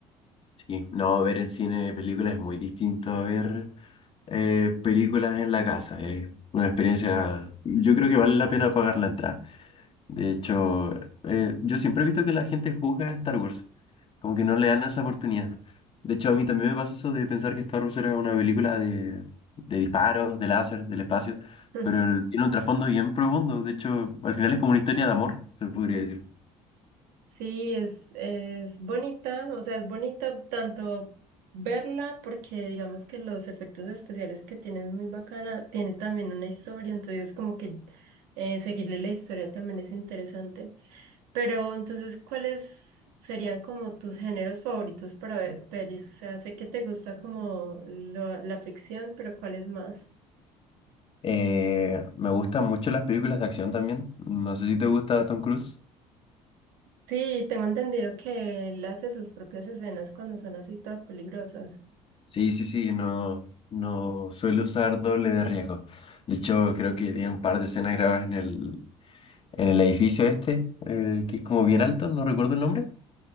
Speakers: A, on the left (about 40°); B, on the right (about 80°).
A: Sí, no, ver en cine películas es muy distinto a ver eh, películas en la casa. Es una experiencia, yo creo que vale la pena pagar la entrada. De hecho, eh, yo siempre he visto que la gente juzga a Star Wars, como que no le dan esa oportunidad. De hecho, a mí también me pasó eso de pensar que Star Wars era una película de, de disparos, de láser, del espacio,
B: <laughs>
A: pero el- tiene un trasfondo bien profundo. De hecho, al final es como una historia de amor, se podría decir.
B: Sí, es, es bonita, o sea, es bonita tanto verla porque digamos que los efectos especiales que tiene es muy bacana, tiene también una historia, entonces como que eh, seguirle la historia también es interesante. Pero entonces, ¿cuáles serían como tus géneros favoritos para ver pelis? O sea, sé que te gusta como lo- la ficción, pero ¿cuáles más?
A: Eh, me gustan mucho las películas de acción también. No sé si te gusta Tom Cruise.
B: Sí, tengo entendido que él hace sus propias escenas cuando son así todas peligrosas.
A: Sí, sí, sí, no, no suelo usar doble de riesgo. De hecho, creo que tiene un par de escenas grabadas en el, en el edificio este, eh, que es como bien alto, no recuerdo el nombre.